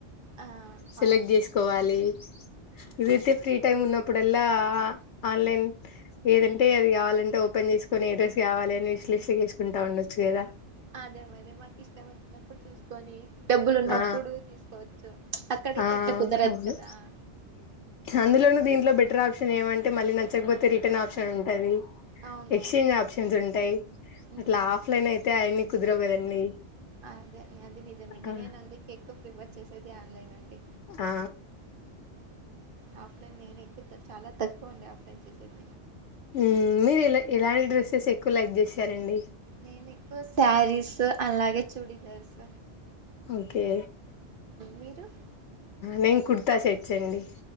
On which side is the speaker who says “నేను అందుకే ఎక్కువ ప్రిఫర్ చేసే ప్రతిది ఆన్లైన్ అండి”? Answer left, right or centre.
Right